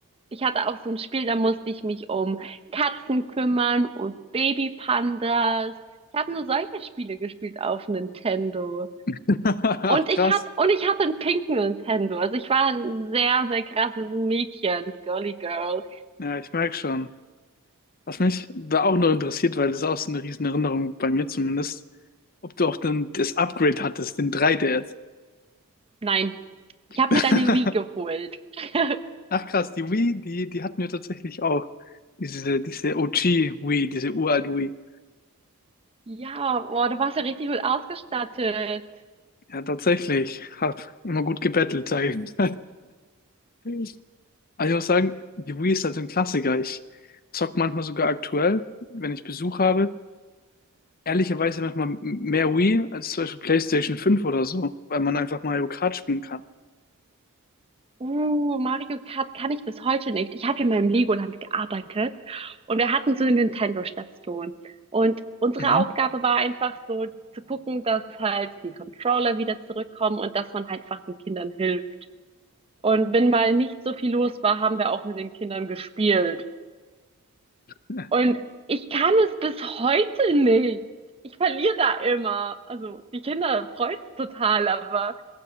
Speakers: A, on the right (about 25°); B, on the left (about 40°).
A: ich hatte auch so ein Spiel, da musste ich mich um Katzen kümmern und Babypandas. Ich habe nur solche Spiele gespielt auf Nintendo.
B: <laughs>
A: Und ich
B: Krass.
A: hatte, und ich hatte einen pinken Nintendo. Also ich war ein sehr, sehr krasses Mädchen, Girly Girl.
B: Ja, ich merke schon. Was mich da auch noch interessiert, weil das ist auch so eine riesen Erinnerung bei mir zumindest, ob du auch dann das Upgrade hattest, den 3DS.
A: Nein, ich habe
B: <laughs>
A: mir deine Wii geholt. <laughs>
B: Ach krass, die Wii, die, die hatten wir tatsächlich auch. Diese, diese OG Wii, diese uralt Wii.
A: Ja, boah, du warst ja richtig gut ausgestattet.
B: Ja, tatsächlich. Hab immer gut gebettelt, sage ich. <laughs> Aber ich muss sagen, die Wii ist halt ein Klassiker. Ich zock manchmal sogar aktuell, wenn ich Besuch habe. Ehrlicherweise manchmal m- mehr Wii als zum Beispiel PlayStation 5 oder so, weil man einfach Mario Kart spielen kann.
A: Uh, Mario Kart kann ich bis heute nicht. Ich habe in meinem Legoland gearbeitet und wir hatten so eine Nintendo-Station. Und unsere
B: Mhm.
A: Aufgabe war einfach so zu gucken, dass halt die Controller wieder zurückkommen und dass man halt einfach den Kindern hilft. Und wenn mal nicht so viel los war, haben wir auch mit den Kindern gespielt.
B: Ja,
A: Und ich kann es bis heute nicht. Ich verliere da immer. Also die Kinder freut's total, aber